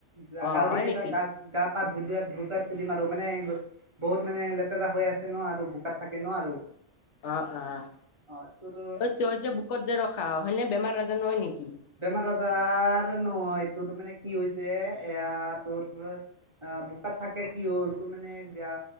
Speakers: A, on the right; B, on the left.
A: গাহৰিকেইটা
B: অ হয় নেকি
A: গা গা পা ধুই ধোৱাত ধুইকোৱাত থৈ দিম আৰু, মানে বহুত মানে লেতেৰা হৈ আছে ন আৰু। তাত থাকে ন আৰু।
B: অ' অ',
A: অ তোৰ
B: তই যে বুকত যে ৰখা সেনে বেমাৰ আজাৰ নহয় নেকি?
A: বেমাৰ আজাৰ নহয়, এইটোৰ মানে কি হৈছে যে এয়া তোৰ অ বোকাত থাকে কি হ'ল, টো মানে গা